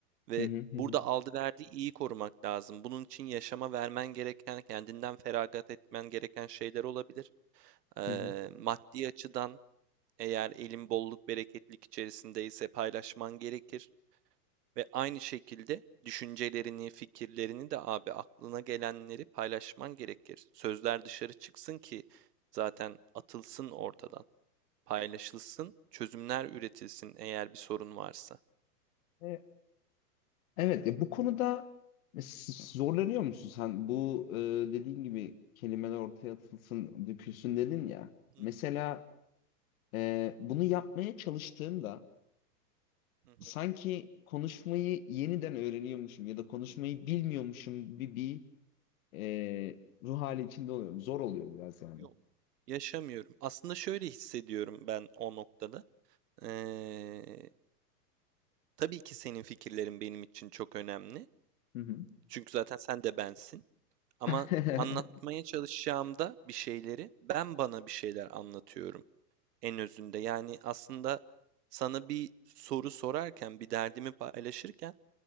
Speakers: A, on the right (about 70°); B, on the left (about 55°).
A: Ve
B: hı hı
A: burada
B: hı.
A: aldı verdiği iyi korumak lazım. Bunun için yaşama vermen gereken, kendinden feragat etmen gereken şeyler olabilir. Eee,
B: hı hı.
A: maddi açıdan eğer elin bolluk bereketlik içerisindeyse paylaşman gerekir. Ve aynı şekilde düşüncelerini, fikirlerini de abi aklına gelenleri paylaşman gerekir. Sözler dışarı çıksın ki zaten atılsın ortadan, paylaşılsın, çözümler üretilsin eğer bir sorun varsa.
B: Evet. Evet ya bu konuda s- zorlanıyor musun sen? Bu e, dediğin gibi kelimeler ortaya atılsın, dökülsün dedin ya.
A: Hı
B: Mesela e, bunu yapmaya çalıştığımda
A: hı hı.
B: sanki konuşmayı yeniden öğreniyormuşum ya da konuşmayı bilmiyormuşum gibi bir e, ruh hali içinde oluyorum. Zor oluyor biraz yani.
A: Yok. Yaşamıyorum. Aslında şöyle hissediyorum ben o noktada. Eee, tabii ki senin fikirlerin benim için çok önemli.
B: Hı hı.
A: Çünkü zaten sen de bensin. Ama
B: <laughs>
A: anlatmaya çalışacağımda bir şeyleri ben bana bir şeyler anlatıyorum en özünde. Yani aslında sana bir soru sorarken, bir derdimi paylaşırken